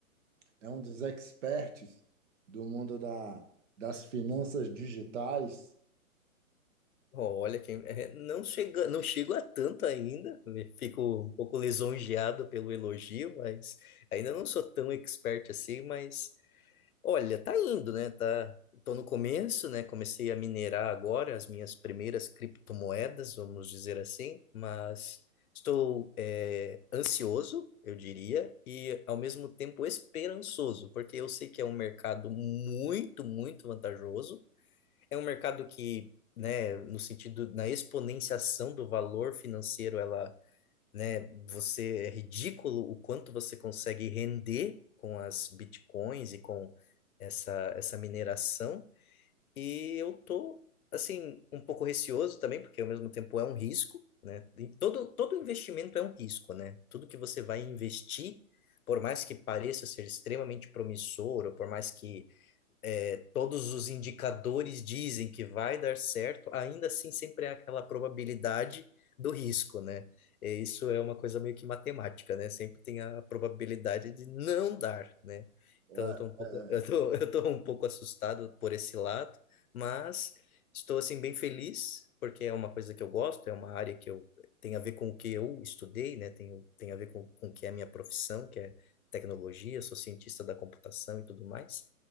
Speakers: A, on the right (about 55°); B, on the left (about 75°).
A: é é um dos experts do mundo da, das finanças digitais.
B: ó, olha quem, é, não chega, não chego a tanto ainda, né, fico um pouco lisonjeado pelo elogio, mas ainda não sou tão expert assim, mas Olha, tá indo, né? Tá, tô no começo, né? Comecei a minerar agora as minhas primeiras criptomoedas, vamos dizer assim, mas estou eh, ansioso, eu diria, e ao mesmo tempo esperançoso, porque eu sei que é um mercado muito, muito vantajoso. É um mercado que, né, no sentido, na exponenciação do valor financeiro, ela né? Você é ridículo o quanto você consegue render com as bitcoins e com essa essa mineração. E eu tô assim um pouco receoso também, porque ao mesmo tempo é um risco, né? E todo todo investimento é um risco, né? Tudo que você vai investir, por mais que pareça ser extremamente promissor, ou por mais que é, todos os indicadores dizem que vai dar certo, ainda assim sempre é aquela probabilidade do risco, né? É, isso é uma coisa meio que matemática, né? Sempre tem a probabilidade de não dar, né?
A: É,
B: Então eu tô um pouco,
A: é,
B: <laughs> eu tô, eu tô um pouco assustado por esse lado, mas estou assim bem feliz porque é uma coisa que eu gosto, é uma área que eu tem a ver com o que eu estudei, né? Tem, tem a ver com, com o que é a minha profissão, que é tecnologia, sou cientista da computação e tudo mais.